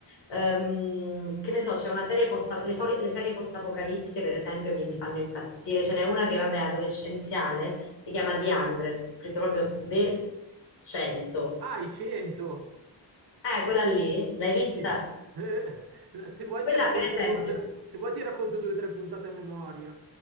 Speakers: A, on the left; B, on the right.
A: ehm, che ne so, c'è una serie post, le, sori- le serie post-apocalittiche, per esempio, mi, mi fanno impazzire. Ce n'è una che, vabbè, è adolescenziale, si chiama The 100, scritto proprio The 100.
B: Ah, i 100!
A: Eh, quella lì, l'hai vista?
B: Sì. Eh, se vuoi
A: Quella,
B: ti racconto
A: per esempio,
B: due o tre, se vuoi ti racconto due o tre puntate a memoria.